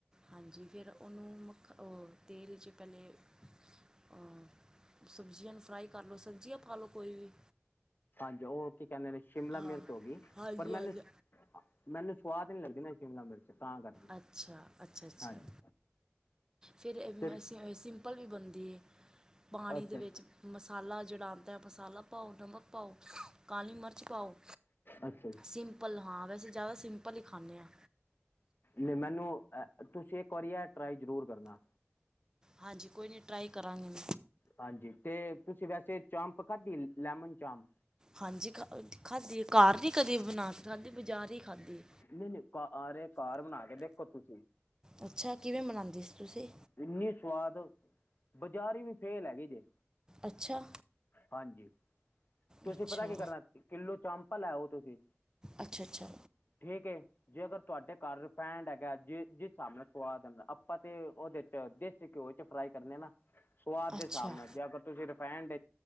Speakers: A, on the right; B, on the left.
A: ਹਾਂਜੀ ਫਿਰ ਉਹਨੂੰ ਮੱਖ ਉਹ ਤੇਲ 'ਚ ਪਹਿਲੇ ਹਾਂ ਸਬਜ਼ੀਆਂ ਨੂੰ ਫਰਾਈ ਕਰ ਲਓ ਸਬਜ਼ੀਆਂ ਪਾ ਲਓ ਕੋਈ ਵੀ।
B: ਅੱਜ ਉਹ ਕੀ ਕਹਿੰਦੇ ਨੇ ਸ਼ਿਮਲਾ
A: ਹਾਂ
B: ਮਿਰਚ ਹੋ ਗਈ
A: ਹਾਂਜੀ
B: ਪਰ ਮੈਨੂੰ
A: ਹਾਂਜੀ
B: ਮੈਨੂੰ ਸਵਾਦ ਨੀ ਲੱਗਦੀ ਨਾ ਸ਼ਿਮਲਾ ਮਿਰਚ ਤਾਂ ਕਰਕੇ
A: ਅੱਛਾ ਅੱਛਾ ਅੱਛਾ।
B: ਹਾਂਜੀ
A: ਫਿਰ ਏ
B: ਤੇ
A: ਸਿੰਪਲ ਵੀ ਬਣਦੀ ਪਾਣੀ
B: ਅੱਛਾ
A: ਦੇ ਵਿੱਚ ਮਸਾਲਾ ਜਿਹੜਾ ਆਉਂਦਾ ਮਸਾਲਾ ਪਾਓ, ਨਮਕ ਪਾਓ, ਕਾਲੀ ਮਿਰਚ ਪਾਓ
B: ਅੱਛਾ ਜੀ
A: ਸਿੰਪਲ ਹਾਂ ਵੈਸੇ ਜ਼ਿਆਦਾ ਸਿੰਪਲ ਹੀ ਖਾਂਦੇ ਆ।
B: ਨੀ ਮੈਨੂੰ ਅ ਤੁਸੀਂ ਇੱਕ ਵਾਰੀ ਏ ਟਰਾਈ ਜ਼ਰੂਰ ਕਰਨਾ।
A: ਹਾਂਜੀ ਕੋਈ ਨਹੀਂ ਟਰਾਈ ਕਰਾਂਗੇ।
B: ਹਾਂਜੀ ਤੇ ਤੁਸੀਂ ਵੈਸੇ ਚਾਂਪ ਖਾਦੀ, ਲੈਮਨ ਚਾਂਪ
A: ਹਾਂਜੀ ਖਾਦੀ ਏ ਘਰ ਨ ਕਦੇ ਬਣਾ ਕੇ ਖਾਦੀ ਬਜ਼ਾਰ ਹੀ ਖਾਦੀ।
B: ਨਹੀਂ- ਨਹੀਂ ਕਾਰ-ਘਾਰ ਬਣਾ ਕੇ ਦੇਖੋ ਤੁਸੀਂ।
A: ਅੱਛਾ ਕਿਵੇਂ ਬਨਾਉਂਦੇ ਸੀ ਤੁਸੀਂ
B: ਇੰਨੀ ਸਵਾਦ, ਬਜਾਰੀ ਵੀ ਫੇਲ ਹੈਗੀ ਜੇ।
A: ਅੱਛਾ।
B: ਹਾਂਜੀ ਤੁਸੀਂ
A: ਅੱਛਾ
B: ਪਤਾ ਕੀ ਕਰਨਾ ਕਿਲੋ ਚਾਪਾ ਲਿਓ ਤੁਸੀਂ
A: ਅੱਛਾ -ਅੱਛਾ।
B: ਠੀਕ ਏ ਜੇ ਅਗਰ ਤੁਹਾਡੇ ਘਰ ਰਿਫੈਂਡ ਹੈਗਾ ਜਿਸ ਹਿਸਾਬ ਨਾਲ ਸੁਵਾਦ ਦਾ ਆਪਾਂ ਤੇ ਉਹਦੇ ਚ ਘਿਓ ਚ ਫਰਾਈ ਕਰਨੇ ਨਾ ਸਵਾਦ ਦੇ
A: ਅੱਛਾ
B: ਹਿਸਾਬ ਨਾਲ ਜੇ ਅਗਰ ਤੁਸੀਂ ਰਿਫਾਇਡ